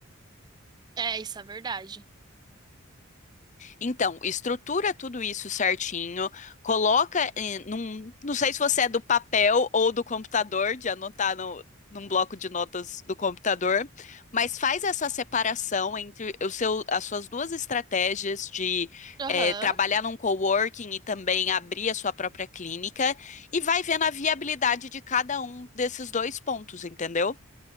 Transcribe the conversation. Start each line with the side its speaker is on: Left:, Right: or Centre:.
Right: É, isso é verdade.
Left: Então, estrutura tudo isso certinho, coloca em, num, não sei se você é do papel ou do computador, de anotar no, num bloco de notas do computador, mas faz essa separação entre o seu, as suas duas estratégias de
Right: Aham.
Left: é, trabalhar num coworking e também abrir a sua própria clínica e vai vendo a viabilidade de cada um desses dois pontos, entendeu?